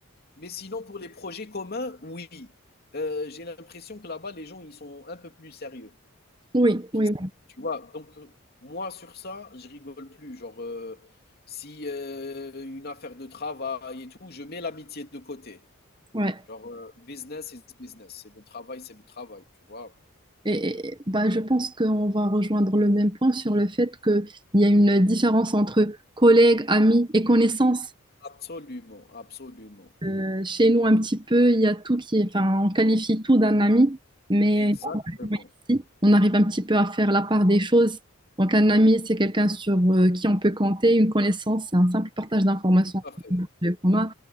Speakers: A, on the left; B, on the right.
A: Mais sinon, pour les projets communs, oui. Euh, j'ai l'impression que là-bas, les gens, ils sont un peu plus sérieux
B: Oui,
A: qu'ici,
B: oui,
A: tu vois. Donc, euh, moi, sur ça, je rigole plus. Genre, euh, si euh, une affaire de travail et tout, je mets l'amitié de côté.
B: ouais.
A: Genre, euh, business is business. C'est le travail, c'est le travail, tu vois.
B: Et, et- bah, je pense qu'on va rejoindre le même point sur le fait qu'il y a une différence entre collègues, amis et connaissances.
A: Absolument, absolument.
B: Euh, chez nous, un petit peu, il y a tout qui est, enfin, on qualifie tout d'un ami, mais
A: Exactement.
B: mais ici, on arrive un petit peu à faire la part des choses. Donc, un ami, c'est quelqu'un sur euh, qui on peut compter, une connaissance, c'est un simple partage d'informations
A: Tout
B: entre
A: à fait,
B: les communs.